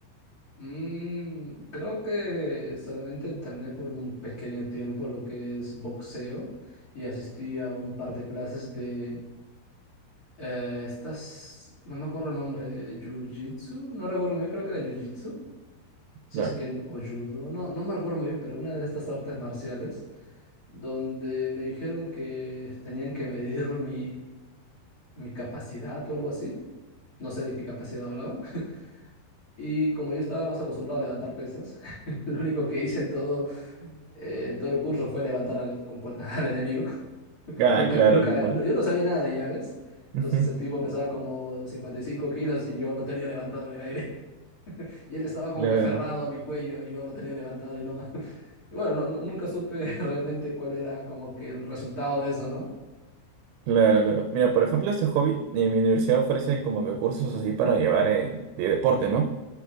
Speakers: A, on the left; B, on the right.
A: mm, creo que solamente entrené por un pequeño tiempo lo que es boxeo y asistí a un par de clases de eh, estas, no me acuerdo el nombre, jiu-jitsu, no recuerdo muy bien, creo que era jiu-jitsu si
B: Claro.
A: es que en o judo, no, no me recuerdo muy bien, pero una de estas artes marciales, donde me dijeron que tenían que medir mi, mi capacidad o algo así. No sé de qué capacidad hablaban. <laughs> Y como yo estaba más acostumbrado a levantar pesas, <laughs> lo único que hice en todo, eh, en todo el curso fue levantar al, compon- <laughs> al enemigo. <laughs>
B: Ah,
A: Nunca,
B: claro,
A: nunca,
B: la parte.
A: no- yo no sabía nada de llaves. Entonces
B: Ujú.
A: el tipo pesaba como 55 kilos y yo lo tenía levantado en el aire. Y él estaba como
B: Claro,
A: que aferrado a mi cuello y yo lo tenía levantado y no. <laughs> Y bueno, no, no- nunca supe <laughs> realmente cuál era como que el resultado de eso, ¿no?
B: claro, claro. Mira, por ejemplo, este hobby, eh, en mi universidad ofrecen como que cursos así para llevar en- de deporte, ¿no?